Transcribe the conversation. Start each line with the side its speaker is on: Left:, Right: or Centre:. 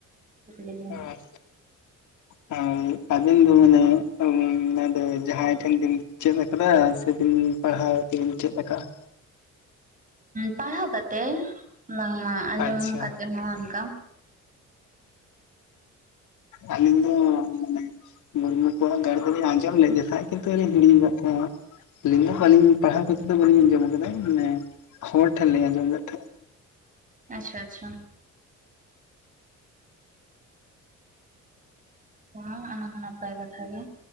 Right: ᱞᱮᱫᱼᱟ
Left: ᱦᱚᱸ ᱦᱳᱭ ᱟᱵᱤᱱ ᱫᱚ ᱢᱟᱱᱮ ᱚᱱᱟ ᱡᱟᱦᱟᱸᱭ ᱴᱷᱮᱱ ᱵᱤᱱ ᱪᱮᱫ ᱟᱠᱟᱫᱟ ᱥᱮᱵᱤᱱ ᱯᱟᱲᱦᱟᱣ ᱛᱮᱵᱮᱱ ᱪᱮᱫ ᱟᱠᱟᱫᱟ
Right: ᱯᱟᱲᱦᱟᱣ ᱠᱟᱛᱮᱜ ᱵᱟᱝᱢᱟ ᱟᱸᱡᱚᱢ
Left: ᱟᱪᱪᱷᱟ
Right: ᱠᱟᱛᱮᱜ ᱦᱚᱸ ᱚᱱᱠᱟ
Left: ᱟᱞᱤᱧ ᱫᱚ ᱢᱟᱱᱮ ᱢᱩᱨᱢᱩ ᱠᱚᱣᱟᱜ ᱜᱟᱨ ᱫᱚᱞᱤᱧ ᱟᱸᱡᱚᱢ ᱞᱮᱫ ᱛᱟᱦᱮᱸᱫ ᱠᱤᱱᱛᱩᱞᱤᱧ ᱦᱤᱲᱤᱧ ᱟᱠᱟᱫ ᱛᱟᱦᱮᱸᱫ ᱟᱹᱞᱤᱧ ᱫᱚ ᱟᱹᱞᱤᱧ ᱯᱟᱲᱦᱟᱣ ᱠᱟᱛᱮᱫ ᱫᱚ ᱵᱟᱹᱞᱤᱧ ᱟᱸᱡᱚᱢ ᱟᱠᱟᱫᱟ ᱢᱟᱱᱮ ᱦᱚᱲ ᱴᱷᱮᱱ ᱞᱤᱧ ᱟᱸᱡᱚᱢ ᱞᱮᱫ ᱛᱟᱦᱮᱸᱫ
Right: ᱟᱪᱪᱷᱟ ᱟᱪᱪᱷᱟ ᱵᱟᱝ ᱚᱱᱟ ᱦᱚᱸ ᱱᱟᱯᱟᱭ ᱠᱟᱛᱷᱟ ᱜᱮ